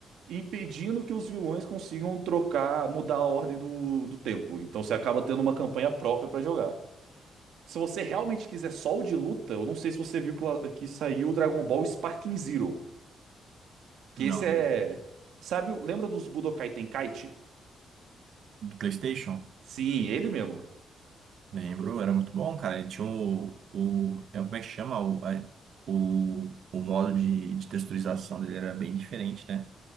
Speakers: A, on the right; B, on the right.
A: impedindo que os vilões consigam trocar, mudar a ordem do, do tempo. Então você acaba tendo uma campanha própria pra jogar. Se você realmente quiser só o de luta, eu não sei se você viu que, lá- que saiu o Dragon Ball Sparking Zero, que
B: Não,
A: esse é,
B: não vi.
A: sabe, o- lembra dos Budokai Tenkaichi?
B: Do PlayStation?
A: Sim, ele mesmo.
B: Lembro, era muito bom, cara. Ele tinha o. o é, como é que chama? O, a- o, o modo de, de texturização dele era bem diferente, né?